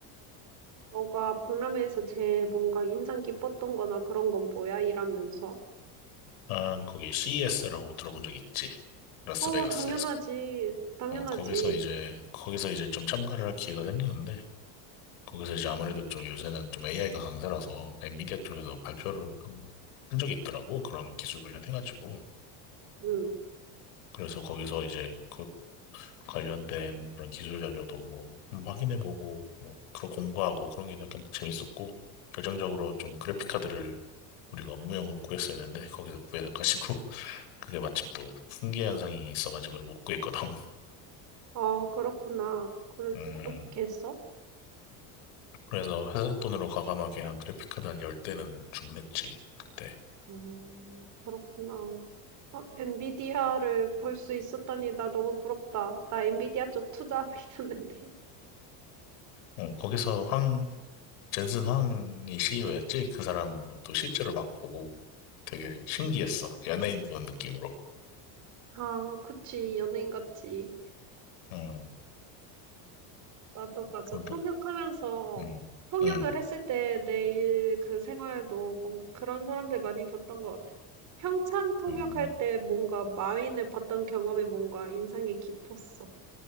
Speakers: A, on the right (about 45°); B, on the left (about 80°).
A: 너가 박람회에서 제일 뭔가 인상 깊었던 거나 그런 건 뭐야? 이러면서.
B: 난 거기 CES라고 들어본 적 있지. 라스베가스에서.
A: 어, 당연하지. 당연하지.
B: 어, 거기서 이제 거기서 이제 좀 참가를 할 기회가 생겼는데 거기서 이제 아무래도 좀 요새는 좀 AI가 강세라서 엔비디아 쪽에서 발표를 한 번 한 적이 있더라고. 그런 기술 관련해가지고.
A: 응.
B: 그래서 거기서 이제 그 관련된 그런 기술 자료도 뭐 음, 확인해보고 뭐 그런 공부하고 그런 게 약간 재밌었고 결정적으로 좀 그래픽 카드를 우리가 업무용으로 구했어야 되는데 거기서 구해가지고 <laughs> 그게 마침 또풍계 현상이 있어가지고 못 구했거든. <laughs>
A: 아, 그렇구나. 그래서
B: 음
A: 어떻게 했어?
B: 그래서 회사 돈으로 과감하게 한 그래픽 카드 한 10대는 주문했지 그때.
A: 음, 그렇구나. 어, 엔비디아를 볼 수 있었다니 나 너무 부럽다. 나 엔비디아 쪽 투자하고 <laughs> 있었는데.
B: 어, 거기서 황 젠슨 황이 CEO였지 그 사람도 또 실제로 막 보고 되게 신기했어
A: 음.
B: 연예인 본 느낌으로.
A: 아 그치. 연예인 같지.
B: 음
A: 나도 맞아.
B: 그건
A: 통역하면서
B: 또 음.
A: 통역을
B: 음.
A: 했을 때 내일 그 생활도 뭔가 그런 사람들 많이 봤던 것 같아. 평창 통역할
B: 음,
A: 때 뭔가 마윈을 봤던 경험이 뭔가 인상이 깊었어.